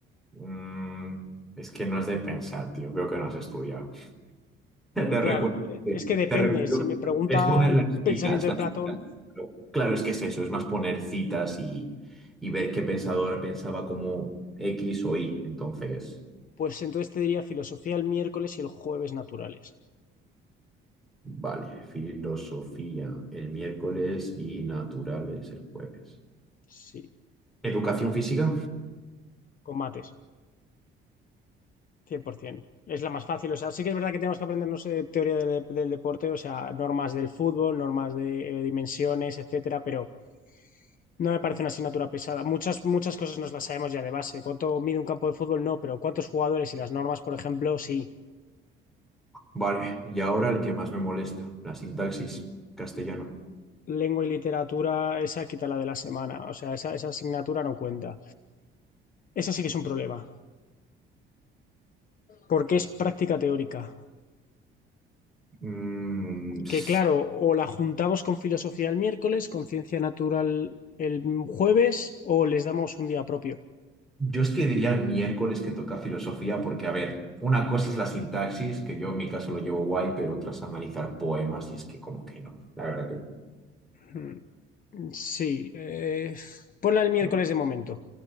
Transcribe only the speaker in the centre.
Mm, es que no es de pensar, tío. Veo que no has estudiado. <laughs> Te
recuerdo,
que-
te recuerdo.
que Es poner
las citas,
las
citas. Pero Claro, es que es eso, es más poner citas y, y ver qué pensador pensaba como X o Y. Entonces,
vale, filosofía el miércoles y naturales el jueves.
Educación física,
vale. Y ahora el que más me molesta, la sintaxis, castellano.
Mm, s-
yo es que diría el miércoles que toca filosofía, porque, a ver, una cosa es la sintaxis, que yo en mi caso lo llevo guay, pero otra es analizar poemas, y es que como que no, la verdad que
no.